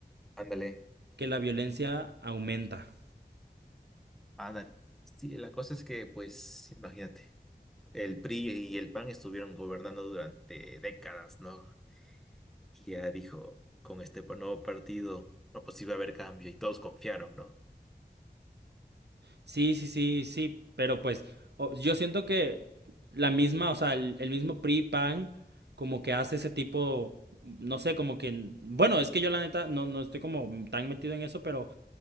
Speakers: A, in the centre; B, on the right.
A: Ándale.
B: que la violencia aumenta.
A: Ándale. Sí, la cosa es que pues imagínate, el PRI y el PAN estuvieron gobernando durante décadas, ¿no? Y ya dijo, con este nuevo partido, no, pues iba a haber cambio y todos confiaron, ¿no?
B: Sí, sí, sí, sí, pero pues o- yo siento que la misma, o sea, el, el mismo PRI, PAN, como que hace ese tipo, no sé, como que, bueno, es que yo la neta no, no estoy como tan metido en eso, pero...